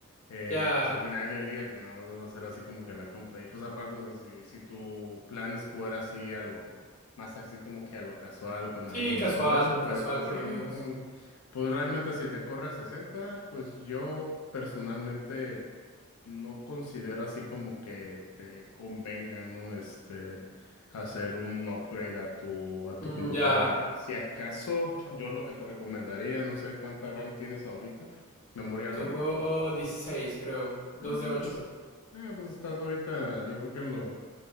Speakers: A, on the left (about 85°); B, on the left (about 35°).
A: eh,
B: Ya.
A: pues al final del día, pues nada más vas a hacer así como que la compra. Y pues aparte, o sea, si, si tu plan es jugar así a lo, más así como que a lo casual, con
B: Sí,
A: amigos,
B: casual,
A: todo eso,
B: casual
A: pues, pues
B: con
A: sí,
B: amigos.
A: con- pues realmente si te corre a 60, pues yo personalmente no considero así como que te convenga, ¿no? Este, hacer un upgrade a tu, a tu
B: Mm,
A: computadora.
B: ya.
A: Si acaso, yo lo que te recomendaría, no sé cuánta RAM tienes ahorita, memoria
B: Tengo
A: RAM.
B: 16, creo. Dos
A: Ah,
B: de ocho.
A: pues, ah, pues estás ahorita, yo creo que en lo,